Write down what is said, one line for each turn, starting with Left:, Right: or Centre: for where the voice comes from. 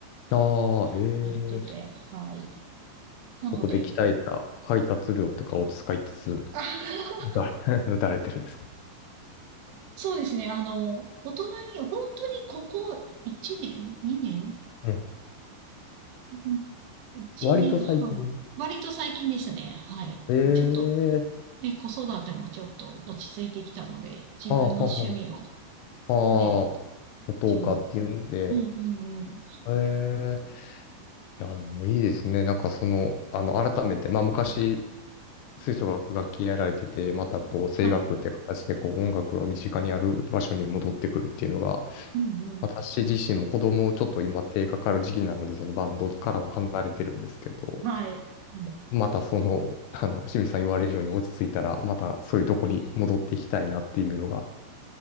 Left: ああ、ええ
Right: やってて、
Left: ー
Right: はい。なので、
Left: そこで鍛えた肺活量とかを使いつつ、
Right: あ
Left: 打たれ
Right: <laughs>
Left: <laughs>、打たれてるんですか
Right: そうですね。あの、大人に、本当にここ1年 ?2 年
Left: うん
Right: うん1年半。
Left: 割と最近。
Right: 割と最近ですね。はい。
Left: ええー
Right: ちょっと、ね、子育てもちょっと落ち着いてきたので、自分の趣味を
Left: ああ、はは、ああ、
Right: ね、
Left: 元岡っていうんで、
Right: じゅう、うんうんうん。
Left: ええいや、もういいですね。なんかその、あの、改めて、まあ昔、吹奏楽楽器やられてて、またこう、声楽って形でこう、
Right: はい。
Left: 音楽が身近にある場所に戻ってくるっていうのが、
Right: うんうん。
Left: 私自身も子供をちょっと今手かかる時期なので、そのバンドからは離れてるんですけど、
Right: はい。うん
Left: またその、<laughs> あの、清水さん言われるように落ち着いたら、またそういうとこに戻っていきたいなっていうのが